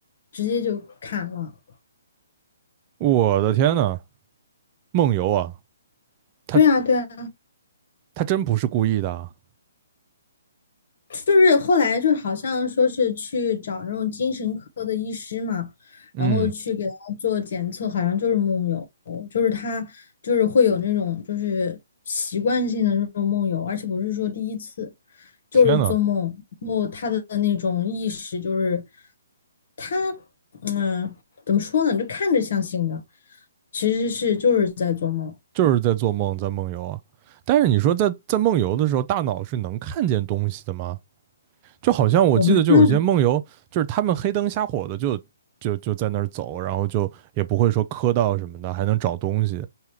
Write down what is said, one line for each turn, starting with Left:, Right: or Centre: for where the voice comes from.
Left: 直接就砍了。
Right: 我的天呐，梦游啊，他
Left: 对啊，对啊，
Right: 他真不是故意的啊。
Left: 就是后来就好像说是去找那种精神科的医师嘛，
Right: 嗯，
Left: 然后去给他做检测，好像就是梦游，就是他就是会有那种就是习惯性的那种梦游，而且不是说第一次，就是做梦，
Right: 天呐。
Left: 然后他的那种意识就是他嗯怎么说呢，就看着像醒的，其实是就是在做梦，
Right: 就是在做梦，在梦游啊。但是你说在在梦游的时候，大脑是能看见东西的吗？就好像我记得，
Left: 我不知道，
Right: 就有些梦游，就是他们黑灯瞎火的就就就在那儿走，然后就也不会说磕到什么的，还能找东西。